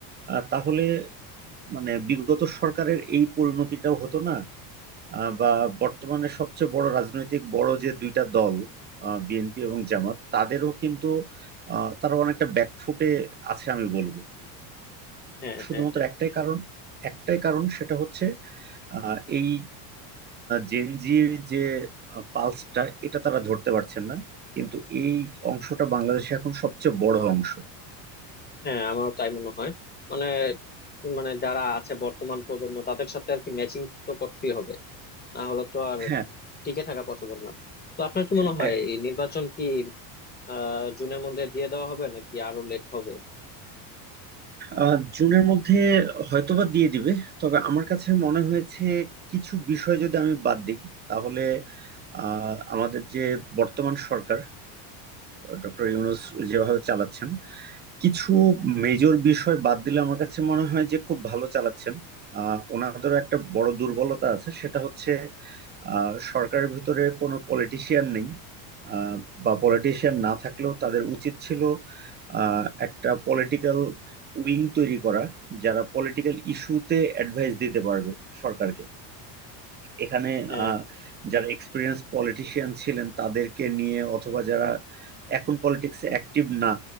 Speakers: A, on the right (about 20°); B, on the left (about 20°).
A: আহ, তাহলে মানে বিগত সরকারের এই পরিণতিটাও হতো না আহ, বা বর্তমানে সবচেয়ে বড় রাজনৈতিক বড় যে দুইটা দল বিএনপি এবং জামাত তাদেরও কিন্তু আহ, তারা অনেকটা ব্যাকফুটে আছে আমি বলবো
B: হ্যাঁ
A: শুধুমাত্র
B: হ্যাঁ
A: একটাই কারণ একটাই কারণ সেটা হচ্ছে আহ, এই জেনজির যে পালসটা এটা তারা ধরতে পারছেন না কিন্তু এই অংশটা বাংলাদেশে এখন সবচেয়ে বড় অংশ
B: হ্যাঁ আমারও তাই মনে হয় মানে মানে যারা আছে বর্তমান প্রজন্ম তাদের সাথে আর কি ম্যাচিং তো করতেই হবে না হলে তো আর
A: হ্যাঁ
B: টিকে থাকা পসিবল না তো আপনার কি
A: হ্যাঁ,
B: মনে হয়
A: এক-
B: এই নির্বাচন কি আহ জুনের মধ্যে দিয়ে দেওয়া হবে নাকি আরো লেট হবে
A: আহ, জুনের মধ্যে হয়তোবা দিয়ে দিবে তবে আমার কাছে মনে হয়েছে কিছু বিষয় যদি আমি বাদ দিই তাহলে আহ, আমাদের যে বর্তমান সরকার ডক্টর ইউনূস যেভাবে চালাচ্ছেন কিছু মেজর বিষয় বাদ দিলে আমার কাছে মনে হয় যে খুব ভালো চালাচ্ছেন আহ ওনাদেরও একটা বড় দুর্বলতা আছে সেটা হচ্ছে আহ সরকারের ভিতরে কোনো পলিটিশিয়ান নেই আহ, বা পলিটিশিয়ান না থাকলেও তাদের উচিত ছিল আহ, একটা পলিটিক্যাল উইং তৈরি করা যারা পলিটিক্যাল ইস্যুতে অ্যাডভাইস দিতে পারবে সরকারকে এখানে
B: হ্যাঁ
A: আহ, যারা এক্সপিরিয়েন্স পলিটিশিয়ান ছিলেন তাদেরকে নিয়ে অথবা যারা এখন পলিটিক্সে অ্যাক্টিভ না